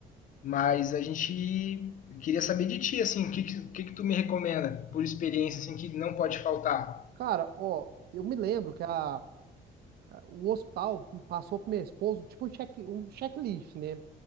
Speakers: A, on the left; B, on the right.
A: Mas a gente queria saber de ti, assim, o que, que, o que que tu me recomenda por experiência, assim, que não pode faltar?
B: Cara, ó, eu me lembro que a, a- o hospital passou pro meu esposo, tipo, um check, um checklist, né?